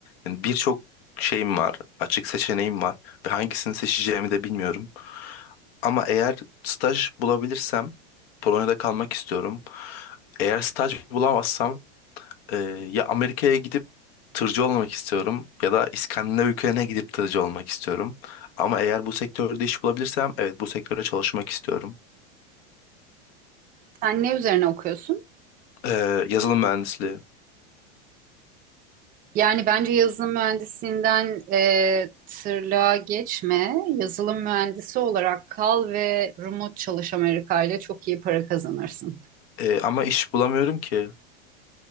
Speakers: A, on the left (about 65°); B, on the right (about 25°).
A: Yani birçok şeyim var, açık seçeneğim var ve hangisini seçeceğimi de bilmiyorum. Ama eğer staj bulabilirsem Polonya'da kalmak istiyorum. Eğer staj bulamazsam ee, ya Amerika'ya gidip tırcı olmak istiyorum ya da İskandinav ülkelerine gidip tırcı olmak istiyorum. Ama eğer bu sektörde iş bulabilirsem evet bu sektöre çalışmak istiyorum.
B: Sen ne üzerine okuyorsun?
A: Ee, yazılım mühendisliği.
B: Yani bence yazılım mühendisliğinden e, tırlığa geçme. Yazılım mühendisi olarak kal ve remote çalış Amerika ile çok iyi para kazanırsın.
A: Ee, ama iş bulamıyorum ki.